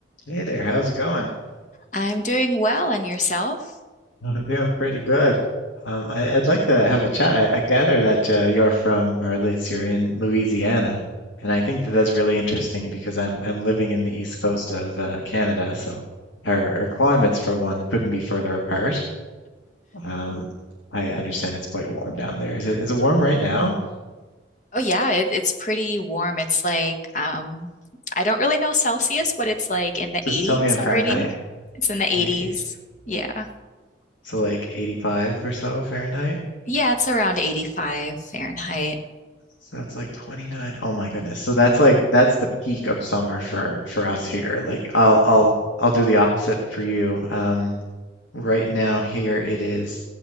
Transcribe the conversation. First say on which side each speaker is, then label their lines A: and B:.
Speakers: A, on the left; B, on the left.
A: Hey there, how's it going?
B: I'm doing well, and yourself?
A: I'm doing pretty good. Um, I, I'd like to have a chat. I, I gather that uh, you're from, or at least you're in Louisiana, and I think that that's really interesting because I'm I'm living in the east coast of uh, Canada, so our, our climates for one couldn't be further apart. Um, I understand it's quite warm down there. Is it is it warm right now?
B: Oh yeah, it, it's pretty warm. It's like um, I don't really know Celsius, but it's like in the
A: Just
B: 80s
A: tell me in
B: already.
A: Fahrenheit
B: It's in the 80s.
A: in the 80,
B: Yeah.
A: so like 85 or so Fahrenheit.
B: Yeah, it's around 85 Fahrenheit.
A: So that's like 29. Oh my goodness. So that's like that's the peak of summer for for us here. Like I'll I'll I'll do the opposite for you. Um, right now here it is